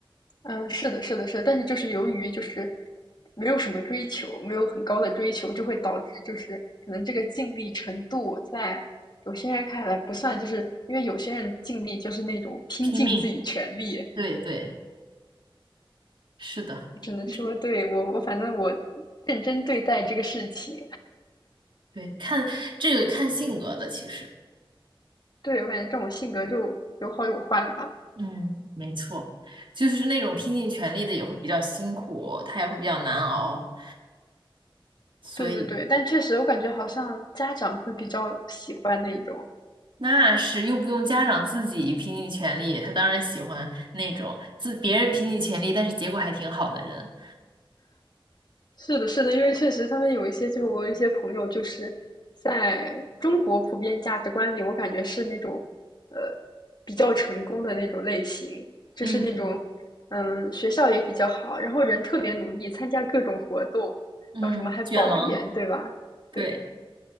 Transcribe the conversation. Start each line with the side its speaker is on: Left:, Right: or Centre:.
Left: 嗯，是的，是的，是的，但是就是由于就是没有什么追求，没有很高的追求，就会导致就是可能这个尽力程度在有些人看来不算，就是因为有些人尽力就是那种拼尽自己全力，
Right: 拼命。对对，是的，
Left: 我只能说对我我反正我
Right: 就是
Left: 认真对待这个事情，
Right: 对，看这个看性格的，其实。
Left: 对我感觉这种性格就有好有坏吧，
Right: 嗯，没错，就是那种拼尽全力的也会比较辛苦，他也会比较难熬，所以
Left: 对对对，但确实我感觉好像家长会比较喜欢那种
Right: 那是又不用家长自己拼尽全力，他当然喜欢那种自别人拼尽全力，但是结果还挺好的人。
Left: 是的，是的，因为确实他们有一些，就我有一些朋友，就是在中国普遍价值观里，我感觉是那种，呃，比较成功的那种类型，就是那种，
Right: 嗯
Left: 嗯，学校也比较好，然后人特别努力，参加各种活动，
Right: 嗯，
Left: 然后什么还保研，
Right: 卷王，
Left: 对吧？
Right: 对。
Left: 对，